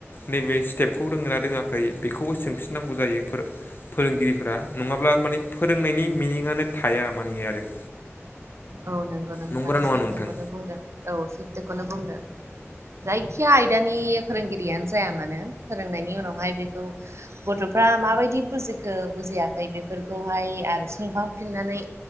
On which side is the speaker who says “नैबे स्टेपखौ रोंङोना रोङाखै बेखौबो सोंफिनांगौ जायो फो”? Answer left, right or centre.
Left